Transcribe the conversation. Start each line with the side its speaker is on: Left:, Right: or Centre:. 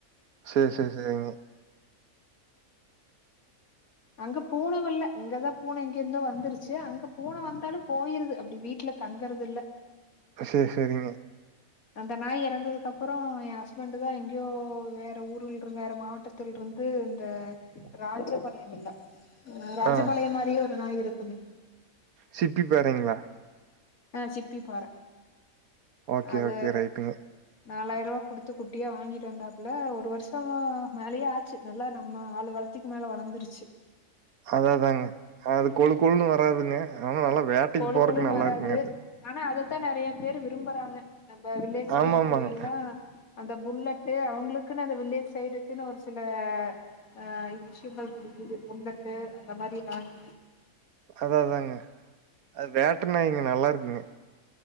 Right: சரி சரி சரிங்க
Left: அங்க பூன வல்ல இங்கதா பூன இங்க இருந்தோ வந்துருச்சு அங்க பூன வந்தாலு போயிருது அப்டி வீட்ல தங்கறதுல்ல
Right: சரி சரிங்க
Left: அந்த நாய் இறந்ததுக்கு அப்பறம் என் ஹஸ்பண்டுதா எங்கேயோ வேற ஊருல இருந் வேற மாவட்டத்துலருந்து இந்த ராஜ பணையமில்ல ராஜபாளைய
Right: ஆ
Left: மாரியே ஒரு நாய் இருக் <unintelligible>
Right: சிப்பி பாறைங்களா
Left: ஆ சி ப்பிப்பாற
Right: ஓகே
Left: அத
Right: ஓகே ரைட்டுங்க
Left: நாலாயிரவா குடுத்து குட்டியா வாங்கிட்டு வந்தாப்புல ஒரு வருஷமா மேலயே ஆச்சு நல்லா நம்ம ஆளு வளத்திக்கு மேல வளந்துருச்சு
Right: அததாங்க அது கொழு கொழுன்னு வராதுங்க ஆனா நல்லா வேட்டைக்கு
Left: கொழு
Right: போறக்கு
Left: கொழுன்னு
Right: நல்லாருக்குங்க
Left: வராது
Right: அது.
Left: ஆனா அத த்த நெறைய பேரு விரும்புறாங்க நம்ம வில்லேஜ் சைட்
Right: ஆமாமாங்க.
Left: இருக்குறவீங்களா அந்த புல்லட்டு அவங்களுக்குன்னு அந்த வில்லேஜ் சைடுக்குன்னு ஒரு சில ஆஹ் இங்கஷிம்பல் <unintelligible> இது புல்லட்டு இந்த மாரி நாயி
Right: அதா அதாங்க. அது வேட்ட நாயிங்க நல்லா இருக்குங்க